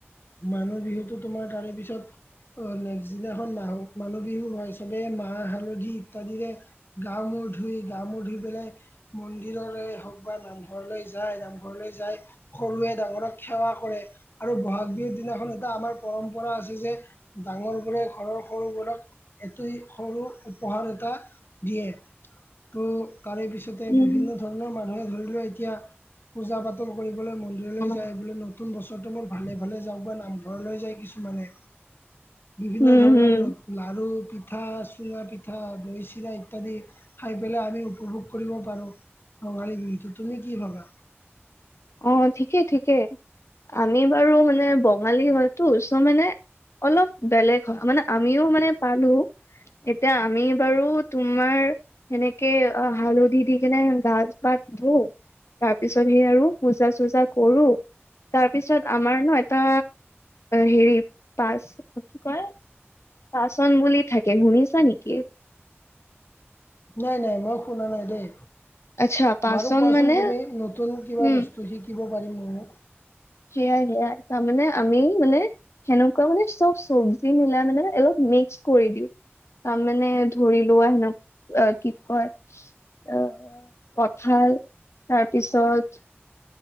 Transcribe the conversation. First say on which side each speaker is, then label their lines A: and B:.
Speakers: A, on the left; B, on the left.
A: মানুহ বিহুতো তোমাৰ তাৰে পিছত অ' নেক্সট দিনাখন মাহু মানুহ বিহু হয়, চবে মা মাহ, হালধি ইত্যাদিৰে গা মূৰ ধুই গা মূৰ ধুই পেলাই মন্দিৰৰে হওক বা নামঘৰলৈ যায়, নামঘৰলৈ যায়। সৰুৱে ডাঙৰক সেৱা কৰে, আৰু বহাগ বিহুৰ দিনাখন এটা আমাৰ পৰম্পৰা আছে যে ডাঙৰ বোৰে ঘৰৰ সৰুবোৰক এটি সৰুক উপহাৰ এটা দিয়ে, তো তাৰে পিছতে
B: উম
A: বিভিন্ন ধৰ নৰ মানুহে ধৰি লোৱা এতিয়া পূজা পাতল কৰিবলৈ মন্দিৰলৈ
B: হুম
A: যায় বুলি নতুন বছৰটো মোৰ ভালে ভালে যাওঁক বা নামঘৰলৈ যায় কিছুমানে। বিভিন্ন
B: হুম
A: ধৰণৰ
B: হুম
A: ন লাৰু, পি ঠা চুঙা পিঠা দৈ চিৰা ইত্যাদি খাই পেলাই আমি উপভোগ কৰিব পাৰোঁ। ৰঙালী বিহুটো, তুমি কি ভাবা?
B: অঁ ঠিকেই ঠিকেই আমি বাৰু মানে বঙালী হয়তো চ' মানে অলপ বেলেগ হয়, মানে আমিও মানে পালো এতিয়া আমি বাৰু তোমাৰ সেনেকে অ হালধি দি কেনে গা পা ধোও তাৰ পিছত সেই আৰু পূজা চূজা কৰো তাৰপিছত আমাৰ ন এটা হেৰি পাচ কি কয় পাচন বুলি থাকে। শুনিছা নেকি?
A: নাই নাই, মই শুনা নাই দেই।
B: আচ্ছা পাচন
A: বাৰু কোৱা
B: মানে
A: চোন তুমি নতুন কিবা
B: উম
A: বস্তু শিকিব পাৰিম <unintelligible>
B: সেয়াই-সেয়াই। তাৰমানে আমি মানে <inaudible> সেনেকুৱা মানে চব চব্জি মিলাই মানে অলপ মিক্স কৰি দিওঁ। <unintelligible> তাৰ মানে ধৰি লোৱা হেনক <inaudible> অ কি কয়? অ! কঠাল তাৰপিছত <inaudible>